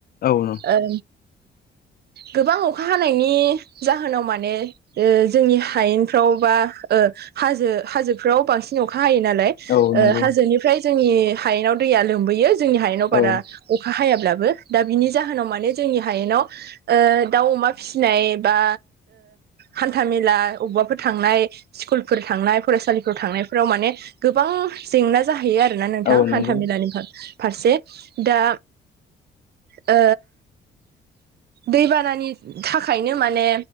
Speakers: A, on the left; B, on the right.
A: औ न
B: ओ गोबां अखा हानायनि जाहोनाव माने जोंनि हायेनफ्राव बा हाजो हाजोफ्राव बांसिन अखा हायो नालाय
A: औ
B: ओ
A: नंगौ
B: हाजोनिफ्राय जोंनि हायेनाव दैया लोमबोयो जोंनि हायेनाव बारा
A: औ
B: अखा हायाब्लाबो दा बिनि जाहोनाव माने जोंनि हायेनाव ओ दाउ अमा फिसिनाय बा हान्था मेला अबबाफोर थांनाय स्कुलफोर थांनाय फरायसालिफोराव थांनायफोराव माने गोबां जेंना जाहैयो आरोना नोंथां
A: औ
B: हान्था
A: नंगौ
B: मेलानिफा फारसे दा ओ दैबानानि थाखायनो माने